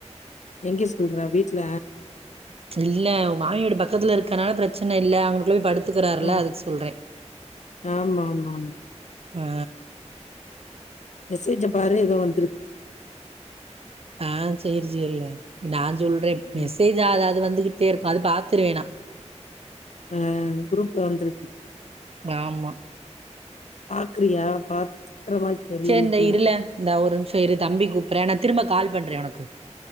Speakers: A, on the left; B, on the right.
A: எங்கே சொல்றா வீட்ல
B: இல்ல ஒ மாமியா வீடு பக்கத்துல இருக்கனால பிரெச்சன இல்ல அங்குனுகுள்ள போய் படுத் துக்கிறார்ல
A: ம்.
B: அதுக்கு சொல்றே
A: ஆமா, ஆமா, ஆமா.
B: ஆ
A: மெசேஜ பாரு ஏதோ வந்திருக்
B: ஆ சேரி சேரில நா சொல்றே மெசேஜ்
A: ம்.
B: ஆக அது வந்துட்டே இருக்கு அது பாத்துருவேணா
A: ஆ குரூப்ல வந்துருக்கு
B: மாமா
A: பாக்குரியா பாத் க்கிற மாரி தெரியலையே.
B: சே இந்த இருல இந்த ஒரு நிம்சோ இரு தம்பி கூப்ட்றியா நா திரும்ப கால் பண்றே ஒனக்கு